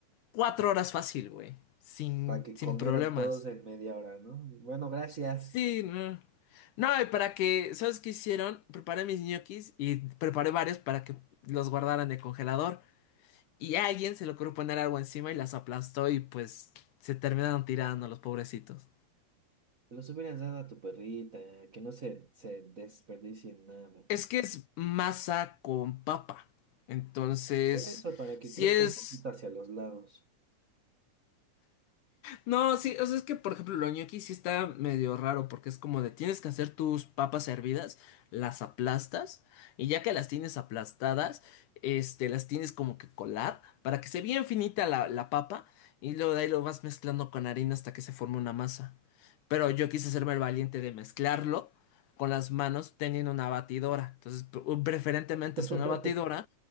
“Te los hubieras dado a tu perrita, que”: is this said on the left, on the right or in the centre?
Right